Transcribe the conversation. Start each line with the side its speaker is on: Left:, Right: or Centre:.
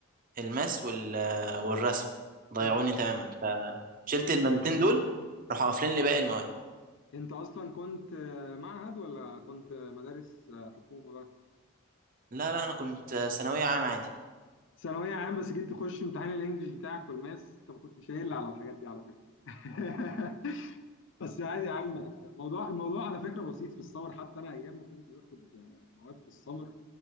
Right: الماس وال... والرسم ضيعوني
Left: انت
Right: تماما فشلت المادتين دول راحوا قافلين لي باقي المواد
Left: انت اصلا كنت معهد ولا كنت مدارس حكومه بقى؟
Right: لا لا انا كنت ثانويه عام عادي
Left: ثانوية عام بس جيت تخش امتحان الانجليش بتاعك والماس انت ما كنتش قايل على الحاجات دي على فكرة <laughs> بس عادي يا عم الموضوع الموضوع على فكرة بسيط في السمر حتى انا ايام ما كنت باخد آه، مواد في السمر